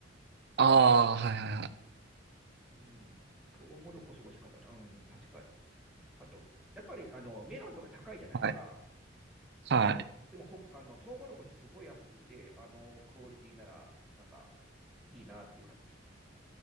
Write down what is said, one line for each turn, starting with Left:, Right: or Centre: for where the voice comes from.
Right: ああ、はいはいはい。
Centre: はい。うん、トウモロコシ美味しかったな。うん、確かに。あと、やっぱりあのメロンとか高いじゃないですか。
Right: はい。はい。
Centre: でもほ、あの、トウモロコシすごい安くて、あの、クオリティなら、なんか、いいなっていう感じです。